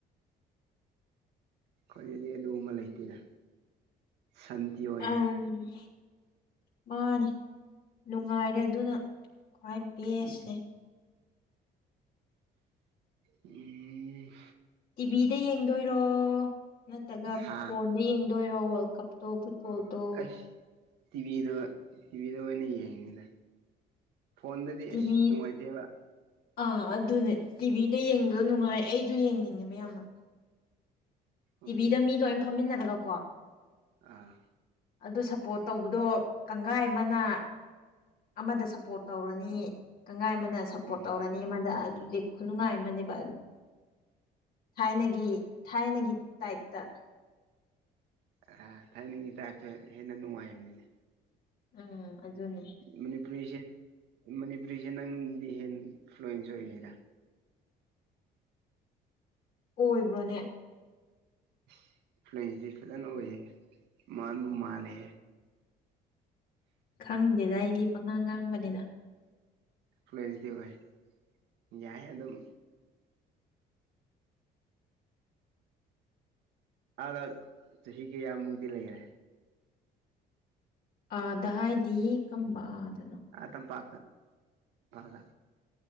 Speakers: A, on the right; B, on the left.
A: ꯑꯩꯏ ꯑꯗꯨꯗꯤ ꯑꯗꯨꯒꯨꯝꯕ ꯂꯩꯇꯦꯔ ꯁꯥꯟꯇꯤ ꯑꯣꯏꯅ
B: ꯑꯪ ꯃꯥꯅꯦ ꯅꯨꯡꯉꯥꯏꯔꯦ ꯑꯗꯨꯅ ꯈ꯭ꯋꯥꯏ ꯕꯦꯁꯅꯦ
A: ꯎꯝ ꯎꯝ
B: ꯇꯤꯚꯤꯗ ꯌꯦꯡꯗꯣꯏꯔꯣ ꯅꯠꯇꯒ
A: ꯍꯥ
B: ꯐꯣꯟꯗ ꯌꯦꯡꯗꯣꯏꯔꯣ ꯀꯞꯇꯣꯕꯨ ꯄꯣ ꯇꯣ
A: ꯑꯩꯁ ꯇꯤꯚꯤꯗ ꯇꯤꯚꯤꯗ ꯑꯣꯏꯅ ꯑꯣꯏꯅ ꯌꯦꯡꯅꯤꯗ ꯐꯣꯟꯗꯗꯤ
B: ꯇꯤꯚꯤ
A: ꯑꯁ ꯅꯨꯡꯉꯥꯏꯇꯦꯕ
B: ꯑꯥ ꯑꯗꯨꯅꯦ ꯇꯤꯚꯤꯗ ꯌꯦꯡꯕꯗ ꯅꯨꯡꯉꯥꯏ ꯑꯩꯁꯨ ꯌꯦꯡꯅꯤꯡꯉꯦꯕ ꯌꯥꯝꯅ
A: ꯎꯝ
B: ꯇꯤꯚꯤꯗ ꯃꯤ ꯂꯣꯏ ꯐꯝꯃꯤꯟꯅꯔꯒ ꯀꯣ
A: ꯑꯥ
B: ꯑꯗꯨ ꯁꯞꯄꯣꯔꯠ ꯇꯧꯕꯗꯣ ꯀꯥꯡꯒꯥꯏ ꯑꯃꯅ ꯑꯃꯗ ꯁꯞꯄꯣꯔꯠ ꯇꯧꯔꯅꯤ ꯁꯪꯒꯥꯏ ꯑꯃꯅ ꯁꯞꯄꯣꯔꯠ
A: ꯎꯝ
B: ꯇꯧꯔꯅꯤ ꯑꯃꯗ ꯍꯧꯖꯤꯛ ꯈꯨꯂꯨꯉꯥꯏ ꯃꯅꯤꯕꯜ ꯊꯥꯏꯅꯒꯤ ꯊꯥꯏꯅꯒꯤ ꯇꯥꯏꯠꯇ
A: ꯑ ꯊꯥꯏꯅꯤꯡꯉ ꯆꯁꯨ ꯍꯦꯟꯅ ꯅꯨꯡꯉꯥꯏꯕꯅꯤꯅꯦ
B: ꯎꯝ ꯑꯗꯨꯅꯦ
A: ꯃꯅꯤꯄꯨꯔꯤꯁꯦ ꯃꯅꯤꯄꯨꯔꯤꯁꯦ ꯅꯪꯗꯤ ꯍꯦꯟ ꯐ꯭ꯂꯨꯟꯖꯣꯏꯔ
B: ꯑꯣꯏꯕ꯭ꯔꯣꯅꯦ
A: <unintelligible> ꯐ꯭ꯂꯁꯤ ꯐꯅ ꯑꯣꯏꯌꯦ ꯃꯥꯥꯡꯗ ꯃꯥꯂꯦ
B: ꯈꯪꯗꯦꯗ ꯑꯩꯗꯤ ꯄꯉꯥꯡꯉꯥꯡ ꯃꯅꯦꯗ
A: ꯑꯦ ꯐ꯭ꯂꯦꯟꯁꯗꯤ ꯋꯥꯥꯏ ꯌꯥꯏ ꯑꯗꯨ ꯑꯗꯨꯝ ꯑꯥꯗ ꯆꯍꯤ ꯀꯌꯥ ꯃꯨꯛꯇꯗꯤ ꯂꯩꯔꯦ
B: ꯑꯥꯗ ꯍꯥꯏꯗꯤ ꯀꯝꯕ ꯑꯥꯗ
A: ꯑꯇ ꯒ ꯥ